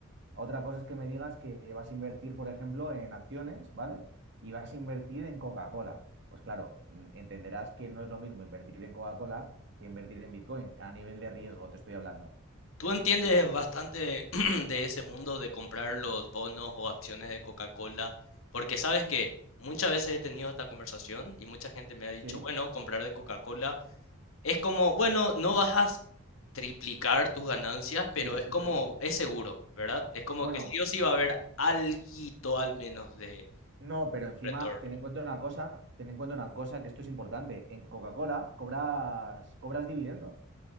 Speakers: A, on the right; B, on the left.
A: Otra cosa es que me digas que vas a invertir, por ejemplo, en acciones, ¿vale? Y vas a invertir en Coca-Cola. Pues claro, mm, entenderás que no es lo mismo invertir en Coca-Cola que invertir en Bitcoin. A nivel de riesgo te estoy hablando.
B: Tú entiendes bastante <clears throat> de ese mundo de comprar los bonos o acciones de Coca-Cola, porque sabes que muchas veces he tenido esta conversación y mucha gente me ha dicho,
A: Sí,
B: bueno, comprar de Coca-Cola Es como, bueno, no vas a s- triplicar tus ganancias,
A: sí,
B: pero es como,
A: eso es.
B: es seguro, ¿verdad? Es como
A: Bueno,
B: que sí o sí va a haber alguito al menos de
A: No, pero encima
B: retorno.
A: ten en cuenta una cosa, ten en cuenta una cosa que esto es importante. En Coca-Cola cobras, cobras dividendos.